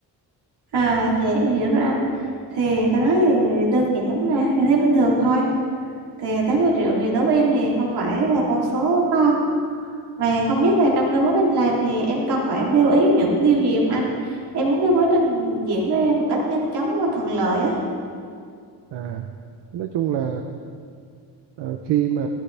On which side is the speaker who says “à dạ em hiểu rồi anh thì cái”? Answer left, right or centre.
Right